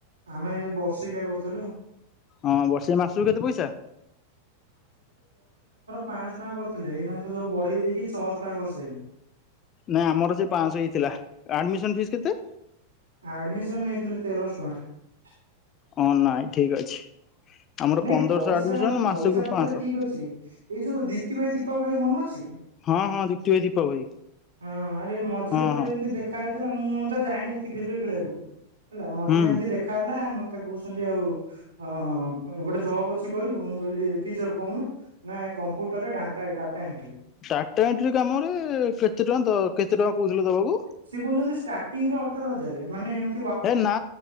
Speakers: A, on the right (about 75°); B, on the left (about 30°).
A: ଆମେ ବର୍ଷିକିଆ କରୁଥିଲୁ
B: ହଁ ବର୍ଷେ ମାସକୁ କେତେ ପଇସା?
A: ପାଅଁଶ ଟଙ୍କା କରିଥିଲେ, ଏଇନା ତ ସବୁ ବଢେଇ ଦେଇକି ଛଅଶହ ଟଙ୍କା କରିସାରିଲେଣି।
B: ନାଇଁ ଆମର ସେ ପାଞ୍ଚଶହ ହେଇ ଥିଲା ଆଡମିସନ ଫିସ୍ କେତେ?
A: ଆ ଆଡମିସନ ନେଇଥିଲେ ତେରଶହ ଟଙ୍କା।
B: ହଁ ନାଇଁ ଠିକ ଅଛି। ଆମର
A: ନାଇଁ
B: ପନ୍ଦରଶହ
A: ପଇସା
B: ଆଡମିସନ ମାସକୁ
A: ପଇସା ପତ୍ର
B: ପାଞ୍ଚଶହ।
A: ଠିକ ଅଛି ଏଇ ଯୋଉ ଦୀପତି ଭାଇ ଦୀପକ ଭାଇ ମନେ ଅଛି।
B: ହଁ ହଁ ଦୀପ୍ତି
A: <inaudible>
B: ଭାଇ ଦୀପକ ଭାଇ
A: ହଁ ଆରେ ମଝିରେ
B: ହଁ
A: ଥରେ
B: ହଁ
A: ଏମିତି ଦେଖାଇଛି। ଥିଲା ମୁଁ ତ ଯାଇନି ଏତି କ୍ଷରେ ଖେଳିବାକୁ? ହେଲା ମଝିରେ
B: ହୁଁ।
A: ଏମିତି ଦେଖା ହେଲା ମତେ ମତେ କହୁଛନ୍ତି ଆଉ ଅ ଗୋଟେ ଜବ୍ ଅଛି କରିବୁ ମୁଁ କହିଲି କି ଜବ୍ କହୁନ ନା କମ୍ପ୍ୟୁଟର ରେଟା ଡାଟା ଏଣ୍ଟ୍ରି।
B: ଟାଟା ଏଣ୍ଟ୍ରି କାମରେ କେତେ ଟଙ୍କା କେତେ ଟଙ୍କା କହୁଥିଲେ ଦବାକୁ?
A: ସେ କହୁଛନ୍ତି ଷ୍ଟାର୍ଟିଂ ରେ ଅଠର ହଜାର ମାନେ ଏମତି
B: ଏ ନା